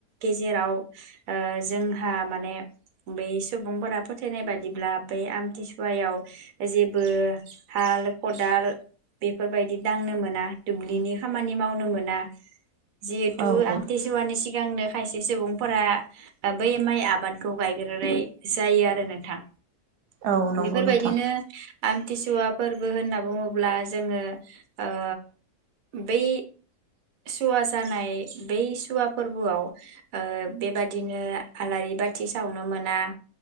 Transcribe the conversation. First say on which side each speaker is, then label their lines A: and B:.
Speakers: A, on the right (about 65°); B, on the right (about 90°).
A: गेजेराव ओ जोंहा माने बै सुबुंफोरा फोथायनाय बादिब्ला बै आमथिसुवायाव जेबो हाल खदाल बेफोरबायदि दांनो मोना दुब्लिनि खामानि मावनो मोना जिहेतु
B: औ
A: आम
B: औ
A: थिसुवानि सिगांनो खायसे सुबुंफोरा बै माइ आबाद खौ गायग्रोनाय जायो आरो नोंथां।
B: औ नंगौ
A: बेफोरबायदिनो
B: नोंथां
A: आमथिसुवा फोरबो होनना बुंङोब्ला जोंङो ओ बै सुवा जानाय बै सुवा फोरबोआव ओ बेबादिनो आलारि बाथि सावनो मोना।